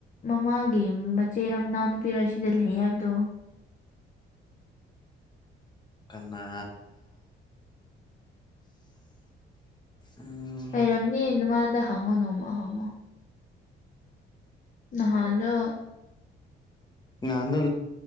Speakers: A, on the left; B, on the left.
A: ꯃꯃꯥꯒꯤ ꯃꯆꯦꯠ ꯃꯅꯥꯎ ꯅꯨꯄꯤꯔꯣ ꯁꯤꯗ ꯂꯩ ꯍꯥꯏꯕꯗꯣ <unintelligible>
B: ꯀꯅꯥ ꯎꯝ
A: ꯂꯩꯔꯝꯅꯦ ꯅꯃꯗ ꯍꯪꯉꯣ ꯅꯣꯡꯃ ꯍꯪꯉꯣ ꯅꯍꯥꯟ ꯗꯣ
B: ꯉꯍꯥꯟꯗꯣ